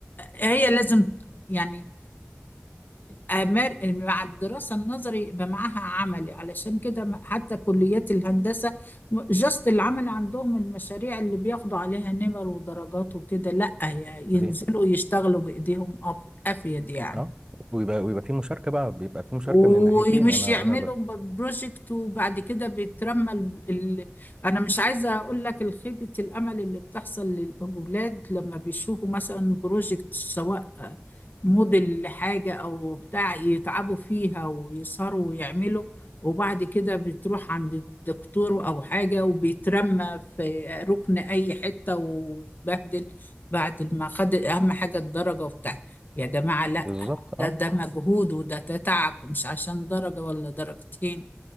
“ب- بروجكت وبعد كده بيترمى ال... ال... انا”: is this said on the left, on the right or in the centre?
Left